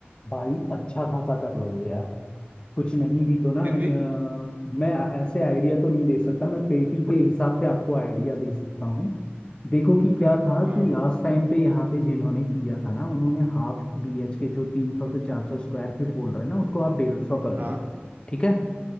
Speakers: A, on the left (about 25°); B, on the right (about 45°).
A: भाई अच्छा खासा कर लोगे यार कुछ नहीं भी तो ना
B: फिर
A: अ,
B: भी
A: मैं ऐसे आइडिया तो नहीं दे सकता मैं पेटी के हिसाब से आपको आइडिया दे सकता हूँ देखो कि क्या था
B: हाँ
A: कि लास्ट टाइम पे यहाँ पे जिन्होंने किया था ना उन्होंने हाफ बी एच के जो तीन सौ से चार सौ स्क्वायर फीट बोल रहे हैं ना उसको आप डेढ़ सौ कर लो
B: हाँ
A: ठीक है